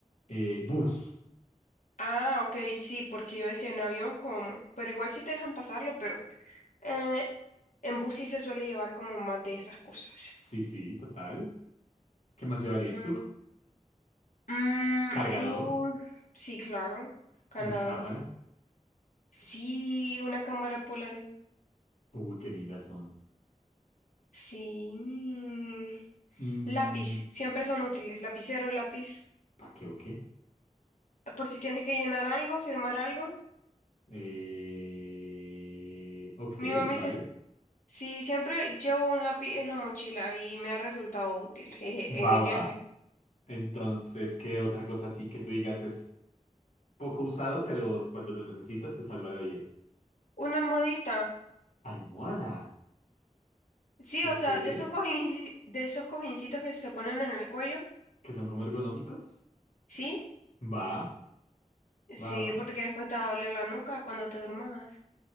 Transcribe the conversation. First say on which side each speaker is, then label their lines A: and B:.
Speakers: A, on the left (about 65°); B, on the left (about 80°).
A: Eh, bus.
B: Ah, ok, sí, porque yo decía en avión como, pero igual sí te dejan pasarlo, pero eh, en bus sí se suele llevar como más de esas cosas.
A: Sí, sí, total. ¿Qué más llevarías
B: Mm,
A: tú?
B: mm,
A: Cargador,
B: uh, sí, claro, cargador.
A: una cámara.
B: Sí, una cámara polar
A: Uy, qué lindas son.
B: Sí.
A: Mm,
B: Lápiz, siempre son útiles. Lapicero, lápiz.
A: ¿pa' qué o qué?
B: Por si tienes que llenar algo, firmar algo.
A: Eh, ok,
B: Mi mamá
A: vale.
B: dice, sí, siempre llevo un lápiz en la mochila y me ha resultado útil, jeje,
A: Va,
B: en mi
A: va.
B: viaje.
A: Entonces, ¿qué otra cosa así que tú digas es poco usado, pero cuando lo necesitas te salva la vida?
B: Una almohadita.
A: Almohada.
B: Sí,
A: Ok.
B: o sea,
A: ¿Que
B: de esos cojin- de esos cojincitos que se ponen en el cuello.
A: son como ergonómicos?
B: ¿Sí?
A: Va,
B: Sí,
A: va, va.
B: porque después te va a doler la nuca cuando te durmas.